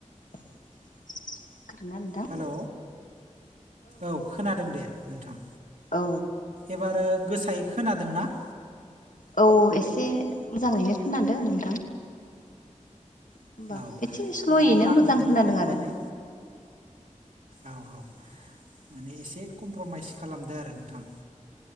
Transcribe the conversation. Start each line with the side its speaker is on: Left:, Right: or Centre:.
Left: <unintelligible>
Right: Hello औ खोनादों दे नोंथां।
Left: औ
Right: एबारो गोसायै खोनादोंना?
Left: औ एसे मोजाङैनो खोनादों नोंथां। होमबाबो
Right: औ
Left: एसे स्ल'यैनो
Right: दा आं
Left: मोजां
Right: नोंथांखौ
Left: खोनादों आरो
Right: माने औ औ माने एसे कमप्रमाइस खालामदो आरो नोंथां।